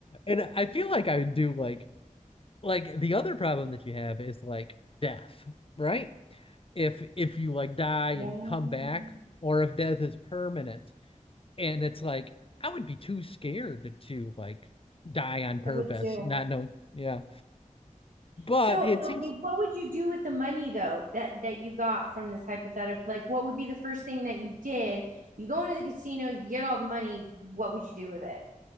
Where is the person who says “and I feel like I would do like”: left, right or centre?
Left